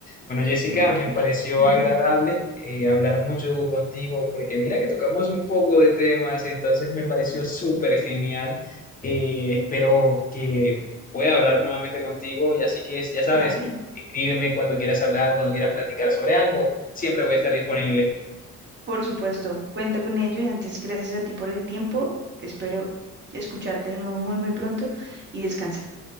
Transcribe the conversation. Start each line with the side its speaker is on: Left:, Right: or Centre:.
Left: Bueno, Jessica,
Right: Me encanta.
Left: me pareció
Right: Dime.
Left: agradable eh, hablar mucho contigo, porque mira que tocamos un poco de temas, entonces me pareció súper genial. Eh, espero que pueda hablar nuevamente contigo y así que ya sabes,
Right: Claro,
Left: escríbeme cuando quieras hablar, cuando quieras platicar sobre algo, siempre voy a estar disponible.
Right: por supuesto. Cuenta con ello y antes, gracias a ti por el tiempo. Espero escucharte de nuevo muy, muy pronto y descansa.